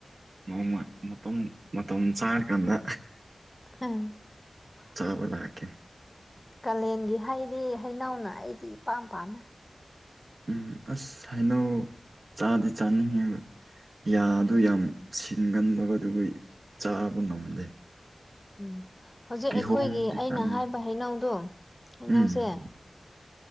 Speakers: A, on the right; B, on the left.
A: ꯅꯣꯡꯃ ꯃꯇꯝ ꯃꯇꯝ ꯆꯥꯔꯀꯥꯟꯗ
B: <unintelligible>
A: ꯆꯥꯕ ꯂꯥꯛꯀꯦ
B: ꯀꯥꯂꯦꯟꯒꯤ ꯍꯩꯗꯤ ꯍꯩꯅꯧꯅ ꯑꯩꯗꯤ ꯏꯄꯥꯝ ꯄꯥꯝꯃꯦ
A: ꯎꯝ ꯑꯁ ꯍꯩꯅꯧ ꯆꯥꯗꯤ ꯆꯥꯅꯤꯡꯉꯦꯕ ꯌꯥꯗꯨ ꯌꯥꯝ ꯁꯤꯟꯒꯟꯕꯒꯗꯨꯕꯨ ꯆꯥꯕ ꯉꯝꯗꯦ
B: ꯎꯝ ꯍꯧꯖꯤꯛ
A: ꯀꯤꯍꯣꯝꯗꯤ
B: ꯑꯩꯈꯣꯏꯒꯤ ꯑꯩꯅ
A: ꯆꯥꯅꯤꯡꯉꯦ
B: ꯍꯥꯏꯕ ꯍꯩꯅꯧꯗꯣ ꯍꯩꯅꯧꯁꯦ
A: ꯎꯝ